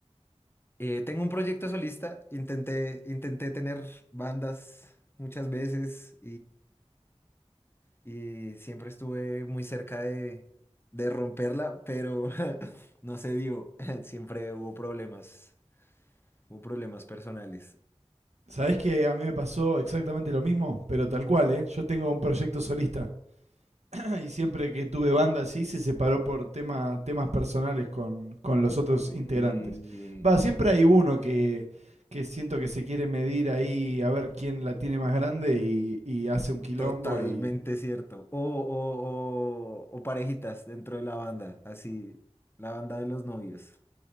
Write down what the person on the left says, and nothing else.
Eh, tengo un proyecto solista, intenté, intenté tener bandas muchas veces y siempre estuve muy cerca de, de romperla, pero <laughs> no se dio. <laughs> Siempre hubo problemas, hubo problemas personales.
sí
totalmente
cierto. O, o, o, o parejitas dentro de la banda, así, la banda de los novios.